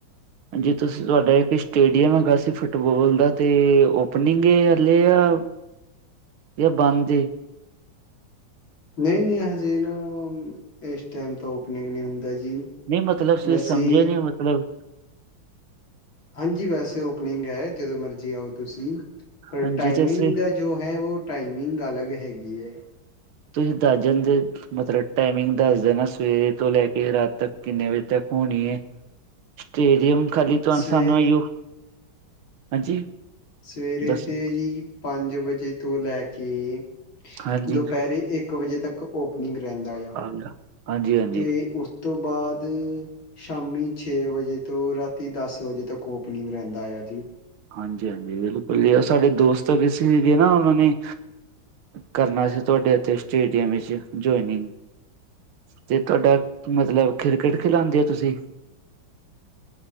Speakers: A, on the right (about 85°); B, on the left (about 70°).
A: ਹਾਂਜੀ ਤੁਸੀਂ ਤੁਵਾਡਾ ਇੱਕ ਸਟੇਡੀਅਮ ਹੈਗਾ ਸੀ ਫੁੱਟਬੋਲ ਦਾ ਤੇ ਓਪਨਿੰਗ ਆ ਹਲੇ ਯਾ ਯਾ ਬੰਦ ਏ?
B: ਨਹੀਂ-ਨਹੀਂ ਹਜੇ ਨਾ ਇਸ ਟਾਈਮ ਤਾਂ ਓਪਨਿੰਗ ਨਹੀਂ ਹੁੰਦਾ ਜੀ।
A: ਨਈ ਮਤਲਬ ਤੁਸੀਂ
B: ਵੈਸੇ
A: ਸਮਝੇ ਨੀ ਮਤਲਬ
B: ਹਾਂਜੀ ਵੈਸੇ ਓਪਨਿੰਗ ਐ ਜਦੋਂ ਮਰਜ਼ੀ ਆਓ ਤੁਸੀਂ ਪਰ
A: ਹਾਂਜੀ
B: ਟਾਈਮਿੰਗ
A: ਤੇ ਅਸੀਂ
B: ਦਾ ਜੋ ਹੈ ਉਹ ਟਾਈਮਿੰਗ ਅਲੱਗ ਹੈਗੀ ਐ।
A: ਤੁਸੀਂ ਦਰਜਨ ਦੇ ਮਤਲਬ ਟਾਈਮਿੰਗ ਦੱਸ ਦੇਣਾ ਸਵੇਰੇ ਤੋਂ ਲੈ ਕੇ ਰਾਤ ਤੱਕ ਕਿੰਨੇ ਵਜੇ ਤੱਕ ਹੋਣੀ ਐ। ਸਟੇਡੀਅਮ ਖਾਲੀ ਤੂਹਾਨੂੰ-ਸਾਨੂੰ
B: ਸਵੇਰੇ
A: ਐਈਓ ਹਾਂਜੀ।
B: ਸਵੇਰੇ
A: ਦੱਸੋ
B: ਦੇ ਜੀ ਪੰਜ ਵਜੇ ਤੋਂ ਲੈ ਕੇ,
A: ਹਾਂਜੀ
B: ਦੁਪਹਿਰੇ ਇੱਕ ਇੱਕ ਵਜੇ ਤੱਕ ਓਪਨਿੰਗ ਰਹਿੰਦਾ ਆ,
A: ਗਿਆ ਹਾਂਜੀ ਹਾਂਜੀ
B: ਤੇ ਉਸ ਤੋਂ ਬਾਦ ਸ਼ਾਮੀ ਛੇ ਵਜੇ ਤੋਂ, ਰਾਤੀ ਦੱਸ ਵਜੇ ਤੱਕ ਓਪਨਿੰਗ ਰਹਿੰਦਾ ਆ ਜੀ।
A: ਹਾਂਜੀ-ਹਾਂਜੀ ਬਿਲਕੁਲ ਜੀ ਸਾਡੇ ਦੋਸਤ ਕਿਸ ਦੇ ਨਾ ਉਹਨਾਂ ਨੇ ਕਰਨਾ ਸੀ ਤੁਹਾਡੇ ਉੱਥੇ ਸਟੇਡੀਅਮ ਵਿੱਚ ਜੁਆਇਨਿੰਗ। ਤੇ ਤੁਹਾਡਾ, ਮਤਲਬ ਕ੍ਰਿਕਟ ਖਿਲਾਦੇ ਔ ਤੁਸੀਂ।